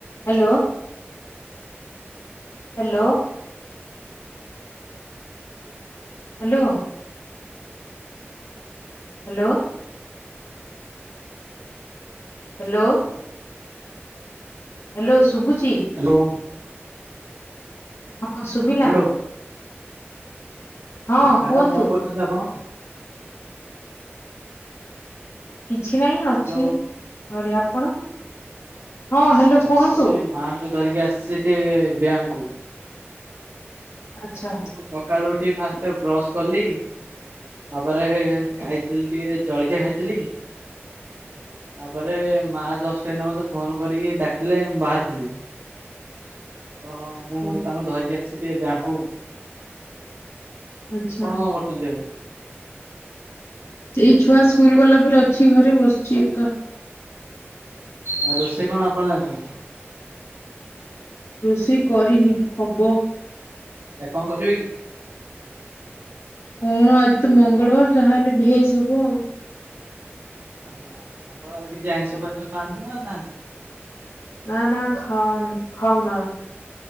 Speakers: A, on the left; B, on the right.
A: Hello. Hello. Hello. Hello. Hello. Hello ଶୁଭୁଚି?
B: Hello.
A: ହଁ ଶୁଭିଲା?
B: ହ୍ୟାଲୋ
A: ହଁ
B: ମ୍ୟାଡାମ
A: କୁହନ୍ତୁ
B: କଣ କରୁଛନ୍ତି ଆପଣ?
A: କିଛି ନାହିଁ ଅଛି
B: ହ୍ୟାଲୋ
A: ଘରେ ଆପଣ? ହଁ ହ୍ୟାଲୋ
B: ମୁଁ
A: କୁହନ୍ତୁ
B: ତରେ ମାଙ୍କୁ ଧରିକି ଆସିଛି ଟିକେ ବ୍ୟାଙ୍କକୁ।
A: ଆଚ୍ଛା।
B: ମୁଁ ସକାଳୁ ଉଠି ଫାଷ୍ଟ ବ୍ରଶ କଲି ତାପରେ ଖାଇଥିଲି ଟିକେ ଜଳଖିଆ ଖାଇଥିଲି ତାପରେ ମା ଜଷ୍ଟ ଏଇନା ମତେ ଫୋନ କରିକି ଡାକିଲେ ମୁ ବାହାରିଥିଲି ତ ମୁଁ
A: ଓ
B: ତାଙ୍କୁ ଧରିକି ଆସିଛି ଟିକେ ବ୍ୟାଙ୍କକୁୁ
A: ଆଛା।
B: କଣ କରୁଛନ୍ତି ଏବେ?
A: ଏଇ ଛୁଆ ସ୍କୁଲ ଗଲା ପରେ ଅଛି ଘରେ ବସିଛି ଏକା।
B: ଆଉ ରୋଷେଇ କଣ ଆପଣ ଜାଣଛନ୍ତି?
A: ରୋଷେଇ କରିନି ହବ।
B: ଏ କଣ କରିବେ କି?
A: କଣ ଆଜି ତ ମଙ୍ଗଳବାର ଯାହା ହେଲେ ଭେଜ ହବ ଆଉ।
B: ଆଜ୍ଞା ମଙ୍ଗଳବାର କିଛି ଆଇଁଷ ଫାଇଁଷ ଖାଆନ୍ତି ନା ନାହାନ୍ତି?
A: ନା ନା ଖା ଖାାଉନା।